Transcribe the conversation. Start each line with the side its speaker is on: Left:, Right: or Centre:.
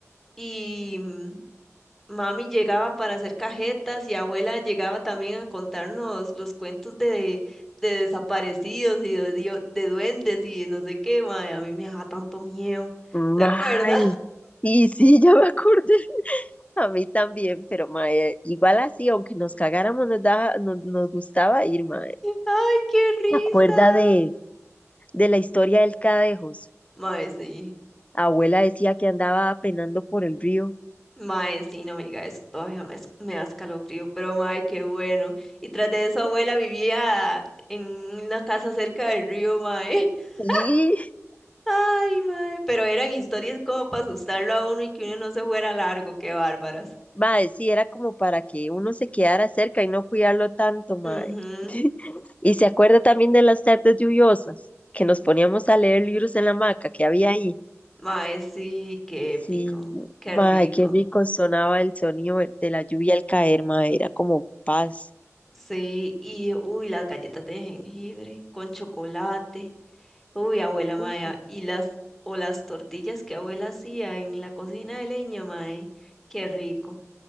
Centre: y mm, mami llegaba para hacer cajetas y abuela llegaba también a contarnos los cuentos de, de desaparecidos y de, dio- de duendes y no sé qué, mae, a mí me daba tanto miedo.
Left: Mae,
Centre: ¿Se acuerda?
Left: y sí, ya me acordé, <laughs> a mí también, pero mae, igual así, aunque nos cagáramos, nos daba, nos, nos gustaba ir, mae.
Centre: ¡Ay, qué risa!
Left: ¿Te acuerdas de, de la historia del Cadejos?
Centre: Mae, sí.
Left: Abuela decía que andaba penando por el río.
Centre: Mae, sí, no me diga eso. Todavía me, es- me da escalofrío, pero mae, qué bueno. Y tras de eso, abuela vivía en una casa cerca del río, mae. <laughs>
Left: Sí,
Centre: Ay, mae. Pero eran historias como para asustarlo a uno y que uno no se fuera largo. ¡Qué bárbaras!
Left: mae, sí, era como para que uno se quedara cerca y no cuidarlo tanto, mae.
Centre: Mhm.
Left: <laughs> Y se acuerda también de las tardes lluviosas, que nos poníamos a leer libros en la hamaca que había ahí.
Centre: Mae, sí, qué
Left: Sí,
Centre: épico. Qué
Left: mae,
Centre: rico.
Left: qué rico sonaba el sonido de la lluvia al caer, mae, era como paz.
Centre: Sí, y uy, las galletas de jengibre con chocolate. Uy, abuela mae,
Left: Uy,
Centre: y
Left: sí.
Centre: las o las tortillas que abuela hacía en la cocina de leña, mae, qué rico.